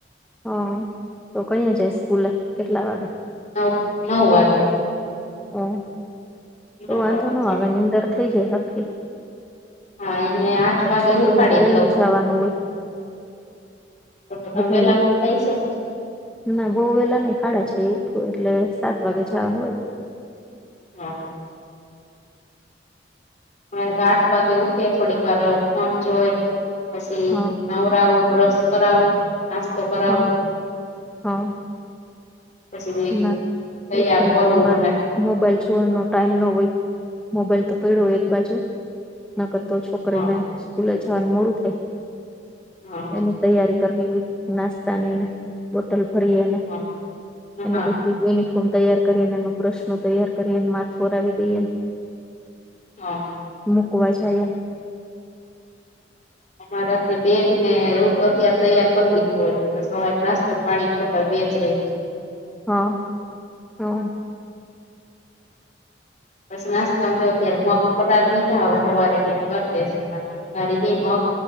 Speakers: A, in the centre; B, on the left.
A: હ તો કહીયા જાય સ્કૂલે? કેટલા વાગે?
B: નવ નવ વાગે.
A: ઓ તો
B: નવ
A: વાંધો
B: વાગે
A: ન આવે
B: જાય.
A: નીંદર થઈ જાય આખી.
B: હા એને આઠ વાગે
A: છોકરીને
B: ઉઠાડી
A: વેલું
B: જ લઉ.
A: જવાનું હોય
B: તો તો તમેે
A: બધા
B: વેલા
A: ઉઠ
B: <unintelligible> થાય છે ને.
A: ના બહુ વેલા નઈ હાડા છ એ ઉઠવું એટલે સાત વાગે જવાનું હોય.
B: હા. મારે તો આઠ વાગે ઉડીએ થોડીક વાર ફોન જોય પછી
A: હા
B: નવ નાવુ બ્રશ કરાવું નાસ્તો કરાવું.
A: હા હા
B: પછી
A: ના
B: તૈયાર
A: ઉઠીને
B: કરુ
A: તમારે
B: ને
A: મોબાઈલ જોવાનો ટાઈમ ન હોય મોબાઈલ તો પયડો હોય એક બાજુ. ન કરતો છોકરીને
B: હા
A: સ્કૂલે જવાનું મોડું થાય
B: હા
A: એનું તૈયારી કરવી હોય નાસ્તાનીને બોટલ ભરીએને
B: <unintelligible> હા
A: એને બધું યુનિફોર્મ તૈયાર કરીને એનું બ્રશનું તૈયાર કરીને માથું ઓરાવી દઈએને.
B: હ હ.
A: મુકવા જાઈએ.
B: અમારા કે બેગને એવું ત અત્યારે તૈયાર કરવી જ હોય સવાર નાસ તો પાણીની બોટલ બેજ રેય.
A: હ <unintelligible>
B: પછી નાસ્તામાં અત્યારે મગ પટાર બીજા આવે હવારે કરી દે છે. <unintelligible> મગ